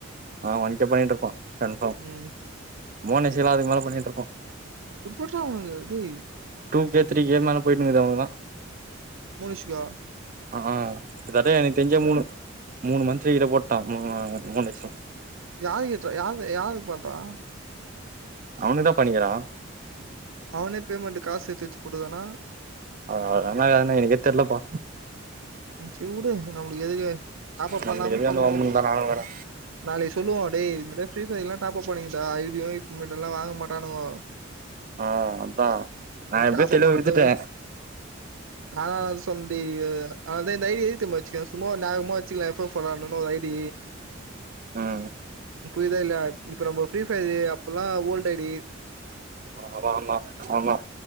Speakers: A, on the right; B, on the right.
A: ஆஹ் அவன்ட்டதா இடுக்கு கன்ஃபாம்
B: ம்.
A: ஓன் எஸ்ஸேலா அதுக்மேல பண்ணிட்ருப்
B: எப்புட்றா அவனுக்கு எது நீ
A: டூ கே த்ரீ கே மேல போய்ட்னிக்குது அவுங்கலுக்குலா
B: மூடுஸ்சியா
A: ஆஹ் இதாட்ட எனெக் தெர்ஞ்சே மூணு மூணு மந்த்லி கிட்ட போட்டான் மூணு மூண் லட்ஸோ
B: யாரி கெட்றா யாது யாரு பண்றா
A: அவுனுதா பண்ணிகிறான்
B: அவனே பேமெண்ட்டு காஸ் சேத்து வச்சு போடுதானா
A: அவ ரன்னா ஏர்னு எனுக்கே தெர்லபா
B: ம் சே உடு ன் நம்ளுக் எதுக்கு டாப்பப் பண்லாமுன்
A: நம்மளுக்கு எதுக்கு
B: சொல்னு
A: அந்த வம்புன்னு தா நானு இருக்குற
B: நாளை சொல்லுவோ அடே இந்த மார் பேஸ்னதுக்குலா டாப்பப் பண்ணிகிட்டா ஐடியு டும்மேட்டெல்லா வாங்க மாட்டானுகோ
A: ஆ அதா நா
B: ஏ
A: எப்டியோ
B: டாப்பப்
A: தெளிவா
B: பண்ணது
A: வித்துட்டே
B: நாளாவது சொன்டி அ அதா நை எது தெமா வச்சியோ சும்மா ஒரு நியாகுமா வச்சிக்லா எஃபோ ஃபோலான்னு ஒரு ஐடி
A: ம்
B: புரிதா இல்லயா இப்ப நம்ம ஒர் ஃப்ரீ ஃபயது அப்புல்லா ஓல்டைடி
A: ஆமாமா ஆமா